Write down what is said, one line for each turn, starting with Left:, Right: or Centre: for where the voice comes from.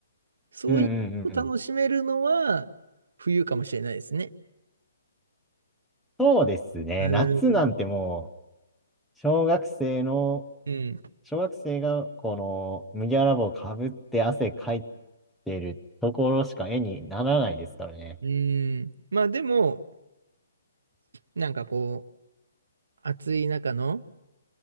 Right: そういうのを楽しめるのは冬かもしれないですね。
Centre: うんうんうんうん。そうですね。
Right: う
Centre: 夏なんても
Right: ん。
Centre: う、小学生の
Right: うん。
Centre: 小学生がこの麦わら帽をかぶって汗かいてるところしか絵にならないですからね。
Right: うーん。まあでも、なんかこう、暑い中の、